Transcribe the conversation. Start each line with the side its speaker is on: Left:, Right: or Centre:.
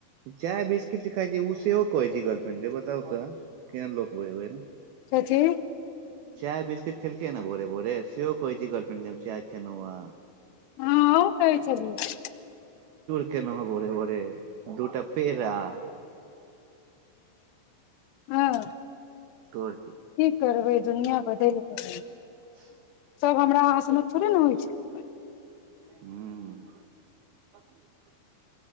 Right: चाय बिस्किट खाइ छैय उ सेहो कहै छैय गर्लफ्रेंडके से बताउ तऽ केहन लोक भेल।
Left: कथी
Right: चाय बिस्किट खेलकय न भोरे भोरे सेहो कहय छैय गर्लफ्रेंडके हम चाय खेलव ह।
Left: हँ अहु कहै छलियै
Right: केनो है भोरे भोरे दूटा पेरा <inaudible>
Left: हँ
Right: तौर
Left: की करबै दुनिया बदल गेल
Right: <inaudible>
Left: सब हमरा अहाँ सनक थोड़े ने होइ छै
Right: हूँ